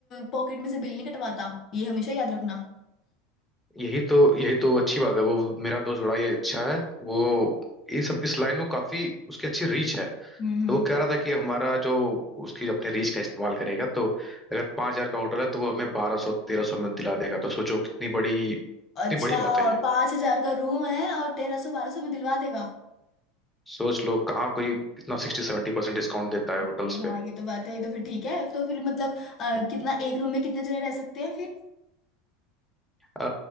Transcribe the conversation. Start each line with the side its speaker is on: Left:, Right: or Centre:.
Left: पॉकेट में से बिल नहीं कटवाता ये हमेशा याद रखना
Centre: यही तो यही तो अच्छी बात है वो मेरा दोस्त बड़ा ये अच्छा है वो ये सब इस लाइन में काफी उसकी अच्छी रीच है
Left: हम्म
Centre: तो
Left: हम्म
Centre: वो कह रहा था कि हमारा जो उसकी अपने रीच का इस्तेमाल करेगा तो अगर पांच हजार का होटल है तो वो हमें बारह सौ तेरह सौ में दिला देगा तो सोचो कितनी बड़ी कितनी
Left: अच्छा
Centre: बड़ी बात है ये
Left: पांच हजार का रूम है और तेरह सौ बारह सौ में दिलवा देगा
Centre: सोच लो कहाँ कोई इतना सिक्सटी सेवेंटी परसेंट डिस्काउंट देता है
Left: नहीं
Centre: होटल्स
Left: नहीं, हाँ
Centre: पे
Left: ये तो बात है ये तो फिर ठीक है तो फिर मतलब अ,
Centre: हम्म,
Left: कितना एक रूम में कितने जने रह सकते हैं फिर
Centre: अ,